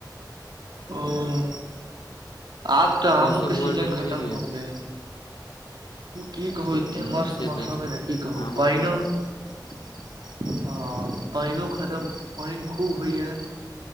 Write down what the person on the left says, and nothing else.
मौसम
उमहर
केहन
यै
हूँ
से
तऽ छै
आम एखन